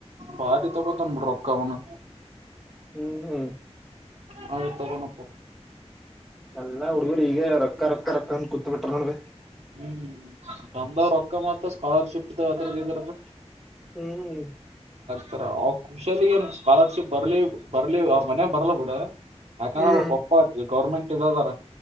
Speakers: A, on the right; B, in the centre.
A: ಬಾರಿ ತೊಗೊತನ್ ಬಿಡ ರೊಕ್ಕ ಅವನು
B: ಹ್ಮ್ ಹ್ಮ್
A: ನಾವು ತ್ಗೋಣ
B: ಅಲ್ಲ ಹುಡ್ಗುರ್ ಈಗ ರೊಕ್ಕ ರೊಕ್ಕ ರೊಕ್ಕ ಅತ್ ಕೂತ್ ಬಿಟ್ರ ನೋಡಬೆ
A: ಹ್ಮ್ ನಂದವ್ರ ರೊಕ್ಕ ಮಾತ್ರ ಸ್ಕಾಲರ್ಶಿಪ್ ದ ಅದ್ರದ ಇದ್ರದ
B: ಹ್ಮ್
A: ತರ ಅವ್ ಖುಷಿಯಲ್ಲಿ ಏನ್ ಸ್ಕಾಲರ್ಶಿಪ್ ಬರ್ಲಿ ಬರ್ಲಿ ಅವ್ರ ಮನೆ ಬರ್ಲ ಬಿಡ ಯಾಕಂದ್ರೆ
B: ಹ್ಮ್
A: ಪಪ್ಪ ಅವಿ ಗೌರ್ಮೆಂಟ್ ಇದದಾರ